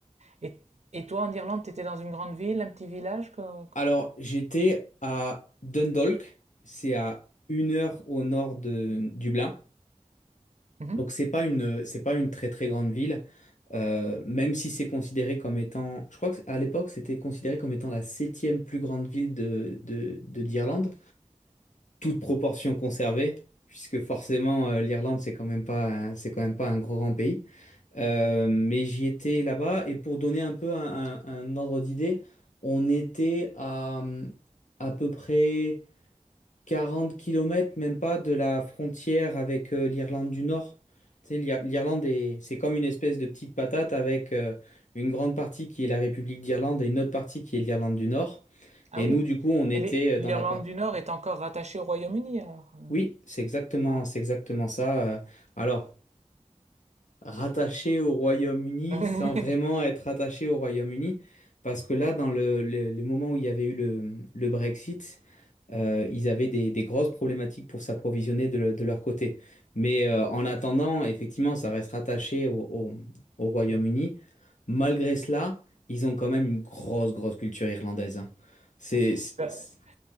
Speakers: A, on the right; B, on the left.
A: Et, et toi, en Irlande, tu étais dans une grande ville, un petit village? quoi
B: Alors, j'étais à Dundalk, c'est à une heure au nord de Dublin.
A: Mhm.
B: Donc c'est pas une c'est pas une très très grande ville, euh, même si c'est considéré comme étant, je crois qu'à l'époque c'était considéré comme étant la septième plus grande ville de, de, de- d'Irlande, toute proportion conservée, puisque forcément euh, l'Irlande c'est quand même pas un- c'est quand même pas un gros grand pays. Euh, mais j'y étais là-bas et pour donner un peu un, un- un ordre d'idée, on était à hum, à peu près 40 kilomètres, même pas, de la frontière avec euh, l'Irlande du Nord. Tu sais, l'Ir- l'Irlande, est- c'est comme une espèce de petite patate avec euh, une grande partie qui est la République d'Irlande et une autre partie qui est l'Irlande du Nord.
A: Ah
B: Et
A: oui.
B: nous, du coup, on était
A: Et l'I- l'Irlande
B: euh, dans la partie...
A: du Nord est encore rattachée au Royaume-Uni, alors.
B: Oui, c'est exactement,
A: Ah,
B: c'est exactement ça. euh. Alors, rattaché au Royaume-Uni
A: <laughs>
B: sans vraiment être rattaché au Royaume-Uni, parce que là, dans le, le- le moment où il y avait eu le, le Brexit, euh, ils avaient des, des grosses problématiques pour s'approvisionner de, le- de leur côté. Mais euh, en attendant, effectivement, ça reste rattaché au, au- au Royaume-Uni.
A: Si,
B: Malgré cela, ils ont quand même une grosse, grosse culture irlandaise. hein. C'est,
A: ouais.
B: c'est-
A: Le,
B: c'est-